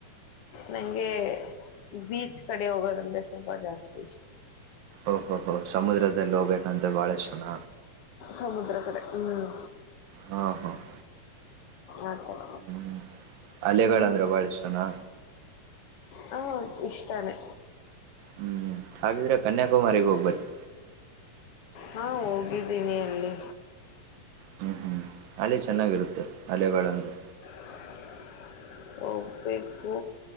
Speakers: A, on the left; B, on the right.
A: ನಂಗೆ ಬೀಚ್ ಕಡೆ ಹೋಗೋದಂದ್ರೆ ಸ್ವಲ್ಪ ಜಾಸ್ತಿ ಇಷ್ಟ.
B: ಓಹೋ ಹೋ ಸಮುದ್ರದಲ್ಲಿ ಹೋಗ್ಬೇಕಂದ್ರೆ ಬಹಳ ಇಷ್ಟು ಜನ.
A: ಸಮುದ್ರ ಕಡೆ ಹ್ಮ್
B: ಹಾ ಹಾ ಹ
A: ಆತರ
B: ಹ್ಮ್ ಅಲೆಗಳು
A: ನಿಮ್
B: ಅಂದ್ರೆ ಬಹಳ ಇಷ್ಟನಾ.
A: ಹ ಇಷ್ಟಾನೇ.
B: ಹ್ಮ್ ಹಾಗಿದ್ರೆ ಕನ್ಯಾಕುಮಾರಿ ಹೋಗಿ ಬನ್ನಿ.
A: ಹಾ ಹೋಗಿದ್ದೀನಿ ಅಲ್ಲಿ.
B: ಹ್ಮ್ ಹ್ಮ್ ಅಲ್ಲಿ ಚೆನ್ನಾಗಿರುತ್ತೆ ಅಲೆಗಳಂದ್ರೆ.
A: ಹೌದ ಹೋಗಬೇಕು